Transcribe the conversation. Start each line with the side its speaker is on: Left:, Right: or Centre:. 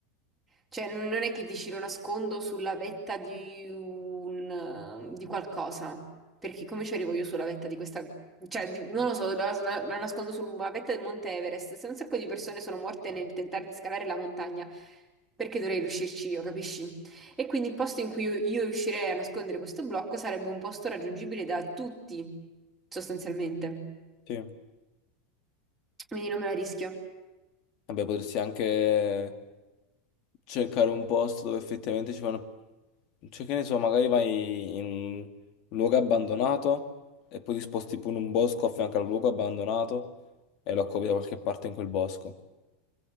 Centre: Cioè, non è che dici lo nascondo sulla vetta di un, di qualcosa, perché come ci arrivo io sulla vetta di questa, cioè, di- non lo so, la, la- la nascondo sulla vetta del Monte Everest. Se un sacco di persone sono morte nel tentare di scalare la montagna, perché dovrei riuscirci io, capisci? E quindi il posto in cui io, io riuscirei a nascondere questo blocco sarebbe un posto raggiungibile da tutti, sostanzialmente.
Left: Sì. Vabbè,
Centre: Quindi non me la rischio.
Left: potresti anche eh, cercare un posto dove effettivamente ci fanno Cioè, che ne so, magari vai in un luogo abbandonato e poi ti sposti pure in un bosco a fianco al luogo abbandonato e lo accovi da qualche parte in quel bosco.